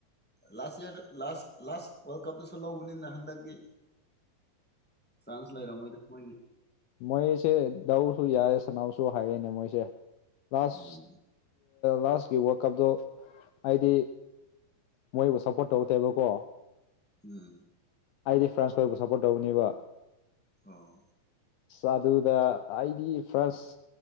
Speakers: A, in the centre; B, on the left (about 80°).
A: ꯂꯥꯁ ꯌꯥꯔ ꯂꯥꯁ ꯂꯥꯁ ꯋꯥꯔꯜ ꯀꯞꯇꯁꯨ ꯂꯧꯕꯅꯤꯅ ꯍꯟꯗꯛꯇꯤ ꯆꯥꯟꯁ ꯂꯩꯔꯝꯃꯣꯏꯗ ꯃꯣꯏꯒꯤ
B: ꯃꯣꯏꯁꯦ ꯂꯧꯎꯁꯨ ꯌꯥꯎꯋꯦ ꯁꯅꯥꯎꯁꯨ ꯍꯩꯏꯌꯦꯅꯦ ꯃꯣꯏꯁꯦ ꯂꯥꯁ
A: ꯎꯝ
B: ꯂꯥꯁꯀꯤ ꯋꯥꯔꯜ ꯀꯞꯇꯣ ꯍꯥꯏꯗꯤ ꯃꯣꯏꯕꯨ ꯁꯞꯄꯣꯔꯠ ꯇꯧ ꯇꯦꯕꯀꯣ
A: ꯎꯝ
B: ꯑꯩꯗꯤ ꯐ꯭ꯔꯥꯟꯁ ꯈꯣꯏꯕꯨ ꯁꯞꯄꯣꯔꯠ ꯇꯧꯒꯅꯦꯕ
A: ꯑꯣ
B: ꯑ ꯑꯗꯨꯗ ꯑꯩꯗꯤ ꯐꯥꯔꯁ